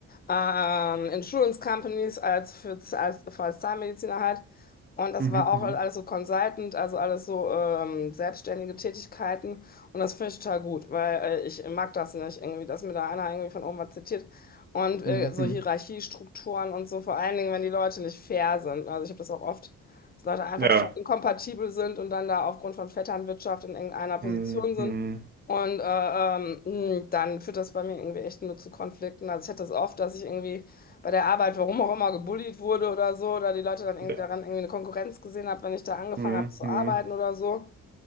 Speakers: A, on the left (about 30°); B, on the right (about 30°).
A: ähm, Insurance Companies als für als, als Zahnmediziner halt. Und das
B: Mhm.
A: war auch
B: Mhm.
A: alles so Consultant, also alles so ähm, selbstständige Tätigkeiten. Und das finde ich total gut, weil äh, ich mag das nicht irgendwie, dass mir da einer irgendwie von oben was zitiert und
B: Mhm.
A: äh, so
B: Mhm.
A: Hierarchiestrukturen und so, vor allen Dingen, wenn die Leute nicht fair sind. Also ich habe das auch oft, dass Leute einfach
B: Ja.
A: total inkompatibel sind und dann da aufgrund von Vetternwirtschaft in irgendeiner Position
B: Hm,
A: sind.
B: hm,
A: Und äh, ähm, mh, dann führt das bei mir irgendwie echt nur zu Konflikten. Also ich hatte das oft, dass ich irgendwie bei der Arbeit, warum auch immer, gebullied wurde oder so, oder die Leute dann irgendwie
B: ja.
A: daran irgendwie eine Konkurrenz gesehen haben, wenn ich da angefangen
B: Hm,
A: habe zu
B: hm,
A: arbeiten oder so.